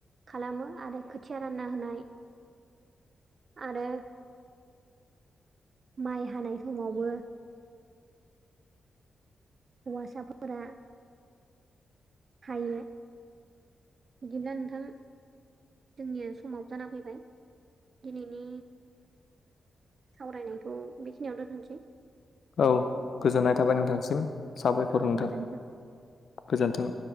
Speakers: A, on the right; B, on the left.
A: खालामो आरो खोथिया रानना होनाय आरो माइ हानाय समावबो हौवासाफोरा हायो बिदिब्ला नोंथां जोंनिया समाबो जाना फैबाय दिनैनि सावरायनायथ' बेखिनियावनो दोनथनोसै
B: औ गोजोननाय थाबाय नोंथांसिम साबायखर
A: औ
B: नोंथां
A: गोजोन्थों
B: गोजोन्थों